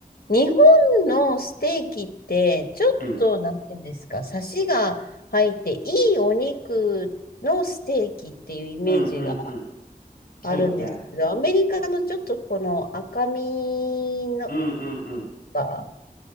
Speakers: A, on the left; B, on the left.
A: 日本のステーキって、ちょっと、
B: うん、
A: なんていうんですか、サシが入って、いいお肉のステーキっていうイメージが
B: うん、うん。そうだね。
A: あるんですけど、アメリカのちょっとこの赤身の
B: うん、うん、うん。
A: が、